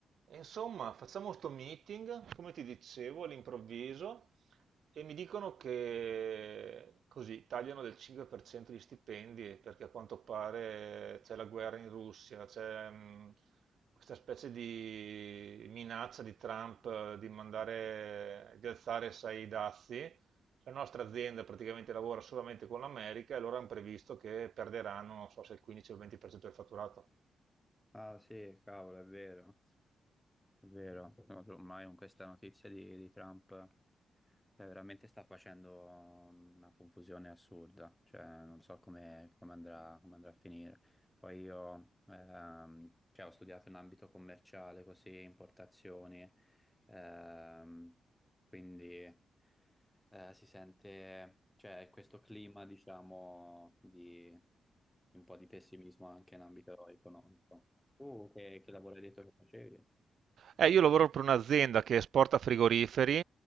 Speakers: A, on the right; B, in the centre.
A: E Insomma, facciamo questo meeting, come ti dicevo, all'improvviso, e mi dicono che così tagliano del 5% gli stipendi perché a quanto pare c'è la guerra in Russia, c'è mh, questa specie di minaccia di Trump eh, di mandare, di alzare, sai, i dazi. La nostra azienda praticamente lavora solamente con l'America e loro hanno previsto che perderanno, non so se il 15 o il 20% del fatturato.
B: Ah sì, cavolo, è vero, è vero. No, Ormai con questa notizia di, di Trump, cioè, veramente sta facendo una confusione assurda, cioè non so come, come andrà, come andrà a finire. Poi io ehm, cioè, ho studiato in ambito commerciale, così, importazioni, ehm, quindi eh, si sente, cioè, questo clima, diciamo, di un po' di pessimismo anche in ambito economico. Tu che, che lavoro hai detto che facevi?
A: Eh, io lavoro per un'azienda che esporta frigoriferi